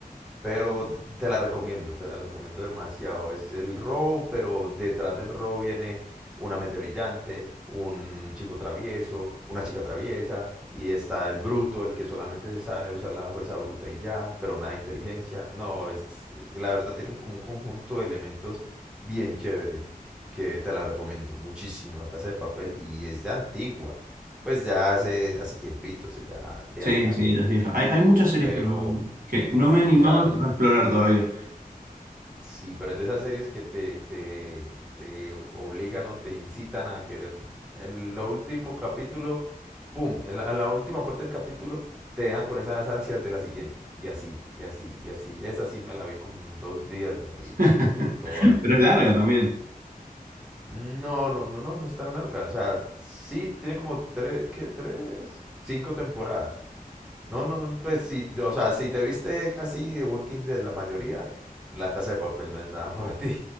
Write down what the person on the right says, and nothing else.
Sí,
sí, las viejas. Hay, hay muchas series
que no, que
no me he animado
a explorar todavía.
<laughs>
Pero es larga
también.